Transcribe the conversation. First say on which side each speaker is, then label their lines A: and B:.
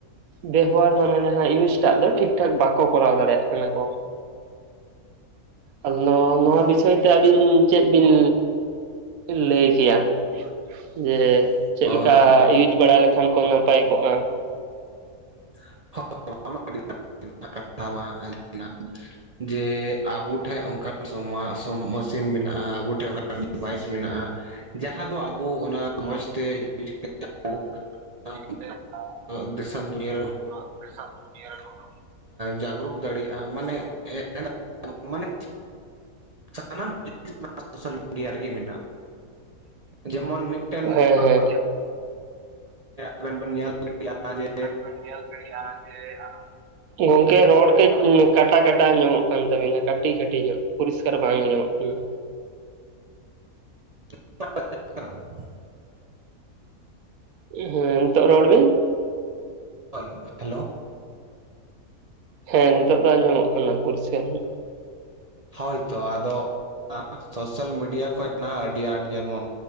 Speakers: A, on the right (about 75°); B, on the right (about 45°).
A: ᱵᱮᱵᱚᱦᱟᱨ ᱢᱟᱱᱮ ᱡᱟᱦᱟᱸ ᱤᱭᱩᱡ ᱴᱟᱜ ᱫᱚ ᱴᱷᱤᱠ ᱴᱷᱟᱠ ᱵᱟᱠᱚ ᱠᱚᱨᱟᱣ ᱫᱟᱲᱮᱭᱟᱜ ᱠᱟᱱᱟ ᱠᱚ ᱾ ᱟᱫᱚ ᱱᱚᱣᱟ ᱵᱤᱥᱚᱭ ᱛᱮ ᱟᱹᱵᱤᱱ ᱪᱮᱫ ᱵᱤᱱ ᱞᱟᱹᱭ ᱠᱮᱭᱟ ᱡᱮ ᱪᱮᱫ
B: ᱦᱳᱭ
A: ᱞᱮᱠᱟ ᱤᱭᱩᱡ ᱵᱟᱲᱟ ᱞᱮᱠᱷᱟᱱ ᱠᱚ ᱱᱟᱯᱟᱭ ᱠᱚᱜ-ᱟ?
B: <unintelligible> <unintelligible> ᱡᱮ ᱟᱵᱩ ᱴᱷᱮᱡ ᱚᱱᱠᱟ ᱥᱚᱢᱟ ᱥᱚᱢ ᱢᱮᱥᱤᱱ ᱢᱮᱱᱟᱜ-ᱟ ᱟᱵᱩ ᱴᱷᱮᱱ ᱚᱱᱟ ᱰᱤᱵᱷᱟᱭᱤᱥ ᱢᱮᱱᱟᱜ-ᱟ ᱡᱟᱦᱟᱸ ᱫᱚ ᱟᱵᱩ ᱚᱱᱟ ᱢᱚᱡᱽ ᱛᱮ <unintelligible>
A: <inaudible>
B: ᱫᱤᱥᱚᱢ ᱫᱩᱱᱤᱭᱟᱹ ᱨᱮᱱ
A: <unintelligible> ᱫᱤᱥᱚᱢ ᱫᱩᱱᱤᱭᱟᱹ ᱨᱮᱱ ᱦᱚᱲ
B: ᱡᱟᱜᱽᱨᱩᱠ ᱫᱟᱲᱤᱜ-ᱟ ᱢᱟᱱᱮ <inaudible> ᱢᱟᱱᱮ ᱥᱟᱱᱟᱢ <unintelligible> ᱥᱳᱥᱟᱞ ᱢᱤᱰᱤᱭᱟ ᱨᱮᱜᱮ ᱢᱤᱱᱟᱜ-ᱟ ᱾ ᱡᱮᱢᱚᱱ ᱢᱤᱫᱴᱮᱱ
A: ᱦᱮᱸ
B: <unintelligible>
A: ᱦᱮᱸ
B: ᱟᱵᱮᱱ ᱵᱮᱱ ᱧᱮᱞ <unintelligible> ᱡᱮ
A: <unintelligible> ᱜᱚᱝᱠᱮ ᱨᱚᱲ ᱠᱟᱹᱡ ᱦᱩᱸ ᱠᱟᱴᱟ ᱠᱟᱴᱟ ᱟᱸᱢᱚᱜ ᱠᱟᱱ ᱛᱟᱹᱵᱤᱱᱟ ᱠᱟᱴᱤ ᱠᱟᱴᱤ ᱧᱚᱸᱜ ᱯᱚᱨᱤᱥᱠᱟᱨ ᱵᱟᱝ ᱟᱸᱢᱚᱜ ᱠᱟᱱᱟ ᱾
B: <inaudible>
A: <unintelligible> ᱦᱮᱸ ᱱᱤᱛᱳᱜ ᱨᱚᱲ ᱵᱤᱱ ᱾
B: ᱦᱳᱭ, ᱦᱮᱞᱳ ᱾
A: ᱦᱮᱸ ᱱᱤᱛᱚᱜ ᱫᱚ ᱟᱸᱡᱚᱢᱚᱜ ᱠᱟᱱᱟ ᱯᱚᱨᱤᱥᱠᱟᱨ ᱧᱚᱜ ᱾
B: ᱦᱳᱭ ᱛᱚ ᱟᱫᱚ ᱥᱳᱥᱟᱞ ᱢᱤᱰᱤᱭᱟ ᱠᱷᱚᱡ ᱱᱟᱦᱟᱜ ᱟᱹᱰᱤ ᱟᱸᱴ ᱡᱮᱢᱚᱱ